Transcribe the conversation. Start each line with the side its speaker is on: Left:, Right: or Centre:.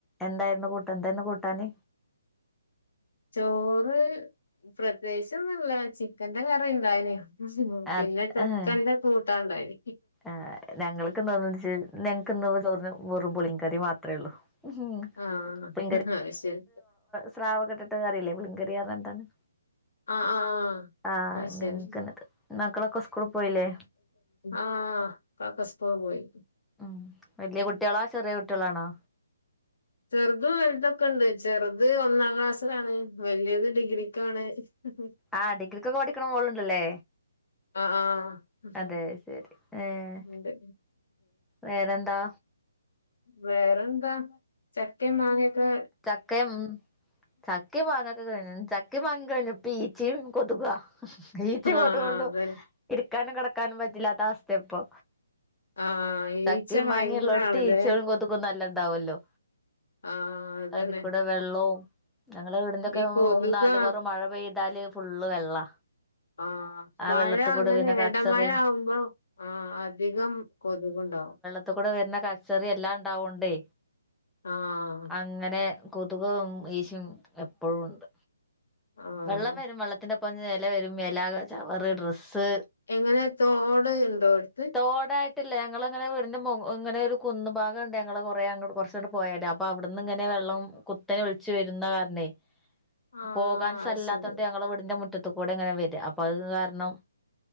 Centre: എന്തായിരുന്നു കൂട്ടാന് എന്തായിരുന്നു കൂട്ടാന്
Left: ചോറ് പ്രത്യേകിച്ചൊന്നുല്ല ചിക്കന്റെ കറി ഉണ്ടായിന്
Centre: ആഹ്
Left: പിന്നെ ചക്കന്റെ
Centre: ഏഹ്
Left: കൂട്ടാണ്ടായിന്
Centre: ആഹ് ഞങ്ങൾക്ക് ന്ന് എന്താ വെ ഞങ്ങക്ക് ഇന്ന് ചചോറിന് വെറും പുളിങ്കറി മാത്രെ ഒള്ളു ഉ
Left: ആഹ്
Centre: പങ്കക
Left: അത് ശരി
Centre: സ്രാവ കെട്ടിട്ട് കറില്ലേ പുളിങ്കറി നറിഞ്ഞിട്ട്
Left: ആഹ് ആഹ്
Centre: ആഹ്
Left: അത്
Centre: അങ്ങനെത്തെതന്നെ
Left: ശരി
Centre: മക്കളൊക്കെ സ്കൂള് പോയില്ലേ
Left: ആഹ് മക്കസ്കൂള് പോയി
Centre: ഉം വല്യയ കുട്ടികളാ ചെറിയ കുട്ടികളാണോ
Left: ചെറുതും വലുതൊക്കെ ഉണ്ട് ചെറുത് ഒന്നാം ക്ലാസ്സിലാണ് വലിയത് ഡിഗ്രിക്കാണ് <unintelligible>
Centre: ആഹ് ഡിഗ്രിക്കൊക്കെ പഠിക്കണ മോളുണ്ടല്ലേ
Left: അഹാ ആഹ്
Centre: അതെ ശരി ഏഹ്
Left: ഇ ണ്ട്
Centre: വേറെന്താ
Left: വേറെന്താ ചക്കേം മാങ്ങേക്കെ
Centre: ചക്കയും ചക്കയും മാങ്ങക്ക കഴിഞ്ഞു ചക്ക മാങ്ങേം കഴിഞ്ഞു ഇപ്പൊ ഈച്ചിം കൊതുകാ ഈച്ചേം
Left: ആഹ്
Centre: കൊത്‌കോണ്ടും
Left: അതന്നെ
Centre: ഇരിക്കാനും കിടക്കാനും പറ്റില്ലാത്ത അവസ്ഥ ഇപ്പൊ
Left: ആഹ്
Centre: ചക്കേം
Left: ഈച്ച ഭയങ്കര
Centre: മാങ്ങിള്ളടത്ത്
Left: ആണല്ലേ
Centre: ഈച്ചകളും കൊതുകും നല്ല ഉണ്ടാവല്ലോ
Left: ആഹ് അതന്നെ
Centre: അതികൂടെ വെള്ളവും ഞങ്ങള് വീടിന്റെക്കെ
Left: ഈ കൊതുകാ
Centre: നാലുപൊറം മഴ പെയ്താല് ഫുള്ള് വെള്ളാ
Left: ആഹ്
Centre: ആ
Left: മഴ
Centre: വെള്ളത്തിക്കൂടെ
Left: അങ്ങനെ
Centre: പിന്നെ കച്ചറിം
Left: എടമഴ ആവുമ്പോ ആഹ് അധികം കൊതുകുണ്ടാവും
Centre: ഇത്ത് കൂടെ വെര്ന്ന കച്ചറി എല്ലാ ഇണ്ടാവോണ്ടേ
Left: ആഹ്
Centre: അങ്ങനെ കൊത്കും ഈച്ചും എപ്പഴും ഉണ്ട്
Left: ആഹ്
Centre: വെള്ളം വരും വെള്ളത്തിന്റെപ്പം എല വരും എല ചവറ് ഡ്രെസ്സ്
Left: എങ്ങനെ തോട് ഇണ്ടോ അട്ത്ത്
Centre: തോഡായിട്ടല്ല ഞങ്ങള് ഇങ്ങനെ വിട്ന്റെ മൊ ഇങ്ങനെ ഒര് കുന്ന് ഭാഗണ്ട് ഞങ്ങളെ കൊറേ അങ്ങിട് കൊർച്ച് അങ്ട് പോയാല് അപ്പ അവ്ട്ന്ന് ഇങ്ങനെ വെള്ളം കുത്തനെ ഒൽച്ച് വര്ന്ന കാരണേ
Left: <inaudible>
Centre: പോകാൻ സ്ഥലല്ലത്തോണ്ട്
Left: അത് ശരി
Centre: ഞങ്ങള് വീട്ന്റെ മുറ്റത്ത് കൂടെ ഇങ്ങനെ വെര അപ്പ അത് കാരണം